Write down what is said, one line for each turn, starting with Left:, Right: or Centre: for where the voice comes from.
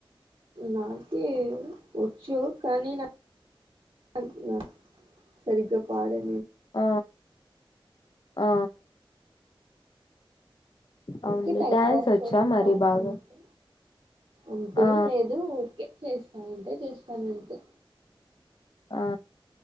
Right: నాకే వొచ్చు కానీ నా <inaudible> న సరిగ్గా పడడం
Left: అ ఆ అవునులే
Right: ఊరికే టైమ్
Left: డ్యాన్స్
Right: పాస్
Left: వచ్చా
Right: కోసం
Left: మరి
Right: పడ్తా
Left: బాగా
Right: అంతే అంతేం
Left: ఆ
Right: లేదు ఓకే చేస్తానంటే చేస్థానంతే
Left: ఆ